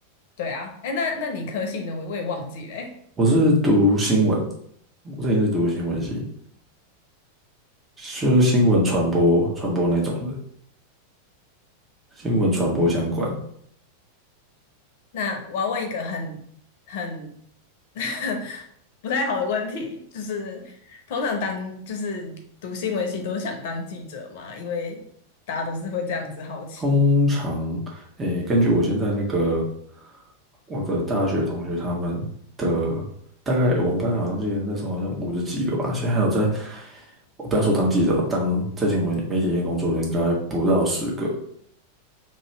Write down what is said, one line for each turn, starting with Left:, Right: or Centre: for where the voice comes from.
Left: 对啊，哎，那那你科系呢？我我也忘记了欸
Right: 我是读新闻，我之前是读新闻系，是新闻传播传播那种的，新闻传播相关。
Left: 那我要问一个很很 <laughs> 不太好的问题，就是通常当就是读新闻系都是想当记者嘛，因为大家都是会这样子好奇。
Right: 通常，诶，根据我现在那个我的大学同学他们的大概，我们班好像记得那时候好像五十几个吧，现在还有在，我不要说当记者，当在新闻媒体业工作的应该不到十个，